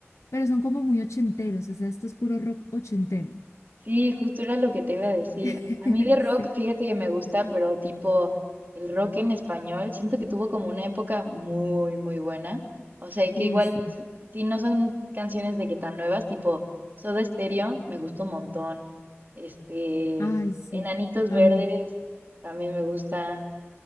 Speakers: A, on the left (about 90°); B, on the right (about 45°).
A: pero son como muy ochenteros, o sea, esto es puro rock ochentero.
B: Sí, justo era lo que te iba a decir.
A: <laughs>
B: A mí de rock,
A: Sí.
B: fíjate que me gusta, pero tipo el rock en español, siento que tuvo como una época muy, muy buena. O sea, que
A: Uy,
B: igual,
A: sí.
B: si no son canciones de que tan nuevas, tipo Soda Stereo, me gusta un montón. Este,
A: Ay, sí,
B: Enanitos
A: también.
B: Verdes, también me gusta.